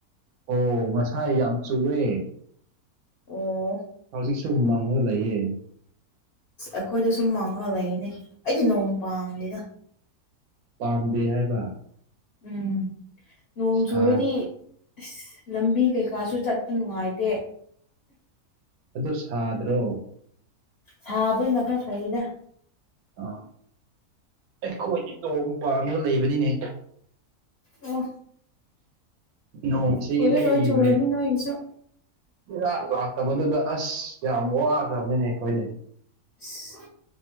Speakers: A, on the right; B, on the left.
A: ꯑꯣ ꯉꯁꯥꯏ ꯌꯥꯝ ꯆꯨꯋꯦ
B: ꯑꯣ
A: ꯍꯧꯖꯤꯛꯁꯨ ꯃꯪꯉꯒ ꯂꯩꯌꯦ
B: ꯑꯈꯣꯏꯗꯁꯨ ꯃꯪꯉ ꯂꯩꯅꯦ ꯑꯩꯗꯤ ꯅꯣꯡ ꯄꯥꯝꯂꯤꯗ
A: ꯄꯥꯝꯗꯦ ꯍꯥꯏꯕ
B: ꯎꯝ ꯅꯣꯡ
A: ꯁꯥ
B: ꯆꯨꯔꯗꯤ ꯑꯁ ꯂꯝꯕꯤ ꯀꯩꯀꯥꯁꯨ ꯆꯠꯄ ꯅꯨꯡꯉꯥꯏꯇꯦ
A: ꯑꯗꯨ ꯁꯥꯗ꯭ꯔꯣ
B: ꯁꯥꯕ ꯅ ꯈꯔ ꯐꯩꯗ
A: ꯑ ꯑꯩꯈꯣꯏꯗꯤ ꯅꯣꯡ ꯄꯥꯝꯃꯒ ꯂꯩꯕꯅꯤꯅꯦ
B: ꯑꯣ
A: ꯅꯣꯡꯁꯤ
B: ꯀꯨꯏꯔꯔꯣꯏ
A: ꯏꯔꯩ
B: ꯆꯨꯔꯅꯤ
A: ꯂꯩ
B: ꯅꯣꯏꯒꯤꯁꯨ
A: ꯏꯔꯥꯠ ꯂꯥꯛꯇꯕꯗꯨꯗ ꯑꯁ ꯌꯥꯝ ꯋꯥꯈ꯭ꯔꯕꯅꯤꯅꯦ ꯑꯩꯈꯣꯏꯗꯤ
B: ꯑꯁ